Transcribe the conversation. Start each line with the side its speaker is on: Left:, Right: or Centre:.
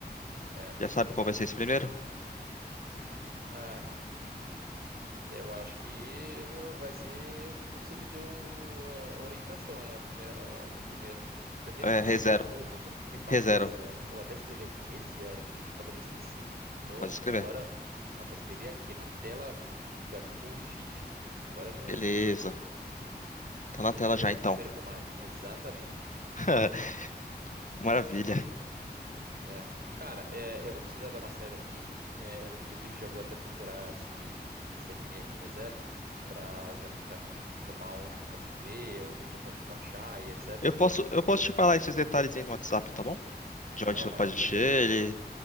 Right: É,
Left: Já sabe
Right: muito bom.
Left: qual vai ser esse primeiro?
Right: Ah. Eu acho que vai ser o que você me deu a orientação aí, a primeira, o, o primeiro. Que Eu até esqueci
Left: É, ReZero.
Right: de novo. Você Me fala,
Left: ReZero.
Right: rezero. Eu vou até escrevi aqui, rezero, só para não esquecer. Pronto,
Left: Pode escrever.
Right: agora. Nossa, eu escrevi aqui na tela, aqui ó, no post-it. Agora eu não,
Left: Beleza. Tá na
Right: não,
Left: tela
Right: não,
Left: já
Right: não
Left: então.
Right: perco mais. Exatamente.
Left: <laughs> Maravilha.
Right: É. Cara, é, eu vou precisar dar uma saída aqui. É, eu, inclusive, já vou até procurar esse, esse anime aqui, Re:Zero, pra já tentar me informar onde que eu posso ver, onde que eu posso baixar e etc.
Left: Eu posso, eu posso
Right: E,
Left: te falar esses detalhes aí no WhatsApp, tá bom? De onde
Right: não,
Left: você
Right: maravilha.
Left: pode assistir ele,